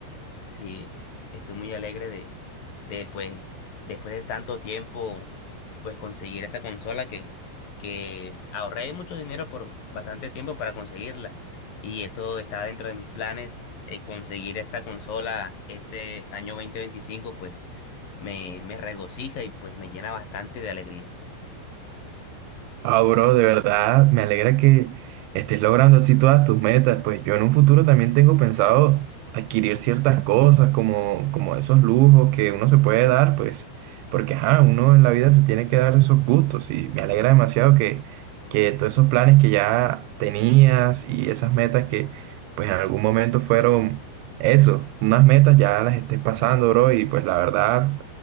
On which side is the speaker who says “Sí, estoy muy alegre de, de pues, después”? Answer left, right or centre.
Left